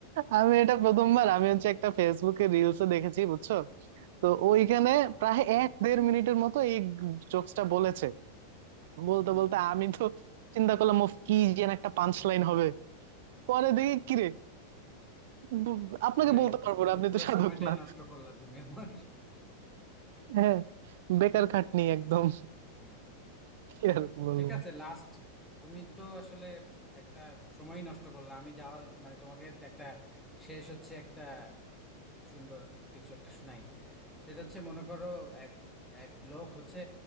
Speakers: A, on the right; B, in the centre.
A: আমি এটা প্রথমবার আমি হচ্ছে একটা ফেসবুকে রিলসে দেখেছি বুঝছো তো
B: হুম,
A: ওইখানে প্রায় এক দেড় মিনিটের মতো এই জোকসটা বলেছে বলতে
B: হুম।
A: বলতে আমি তো চিন্তা করলাম "উফ, কি যেন একটা পাঞ্চ লাইন হবে পরে দেখি কিরে ব- আপনাকে
B: পুরাই
A: বলতে পারবো
B: পুরা
A: না আপনি
B: পুরা
A: তো সাধক
B: সময়টাই
A: না
B: নষ্ট করলা তুমি আমার
A: হ্যাঁ বেকার খাটনি একদম
B: হুম,
A: কি আর বলবো
B: ঠিক আছে লাস্ট তুমি তো আসলে একটা সময় নষ্ট করলা আমি যাওয়ার মানে তোমাকে একটা শেষ হচ্ছে একটা আহ, সুন্দর কিছু একটা শুনাই সেটা হচ্ছে মনে করো এক এক লোক হচ্ছে